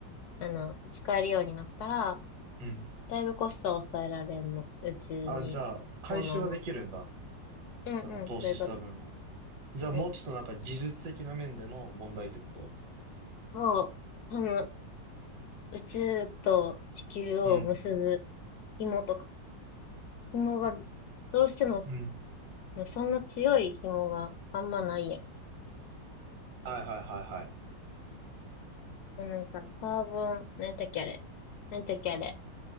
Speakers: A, on the left; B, on the right.
A: あの、使えるようになったら、
B: うん。
A: だいぶコストを抑えられるの。宇宙に物を持って。
B: あ、じゃあ、回収はできるんだ。
A: うんうん、
B: その投資した分を。
A: そういうこと。
B: じゃあもうちょっとなんか技術的な面での問題ってこと
A: うん、そう。あの、宇宙と地球を結ぶ
B: うん、
A: 紐とか紐が、どうしても、
B: うん。
A: そんな強い紐があんまないや
B: はいはいはいはい。
A: ん。なんか、カーボン、なんだっけあれ。なんだっけあれ。